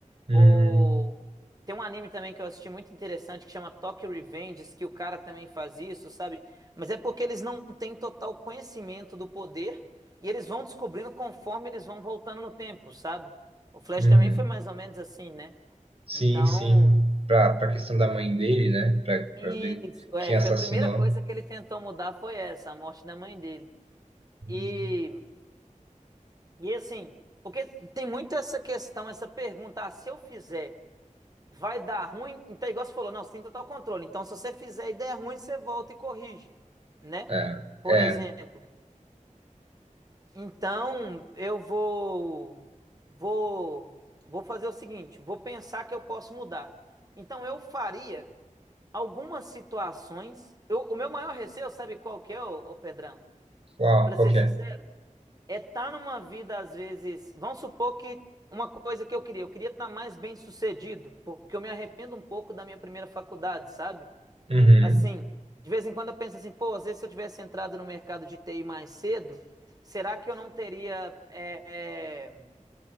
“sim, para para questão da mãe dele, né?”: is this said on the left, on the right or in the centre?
Right